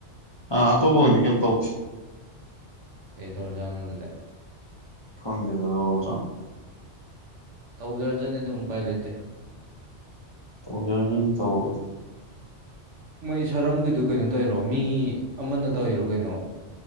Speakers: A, on the left; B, on the right.
A: ꯑꯇꯣꯕꯨꯉꯗꯤ ꯀꯝ ꯇꯧꯁꯤ
B: ꯀꯩꯗꯧꯔꯖꯅꯣꯗꯨꯗꯤ
A: ꯊꯗꯤꯦꯀꯗꯖ
B: ꯇꯧꯖꯔꯖꯅꯤ ꯑꯗꯨꯝ ꯎꯄꯥꯏ ꯂꯩꯇꯦ
A: ꯇꯧꯖꯔ ꯇꯧꯕꯗꯤ
B: ꯃꯣꯏ ꯁꯔꯝꯒꯤꯗꯨ ꯀꯩꯅꯣ ꯇꯧꯔꯣ ꯃꯤ ꯑꯃꯅ ꯇꯧꯏꯔꯣ ꯀꯩꯅꯣ